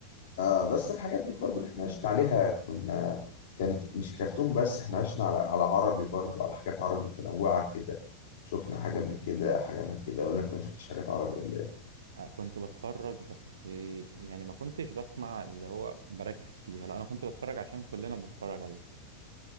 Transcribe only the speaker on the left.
آه بس الحاجات دي برضو اللي احنا عشنا عليها كنا كانت مش كرتون بس احنا عشنا على على عربي برضو على حاجات عربي متنوعة كده شفنا حاجة من كده حاجة من كده ولا انت ما شفتش حاجات عربي ولا إيه؟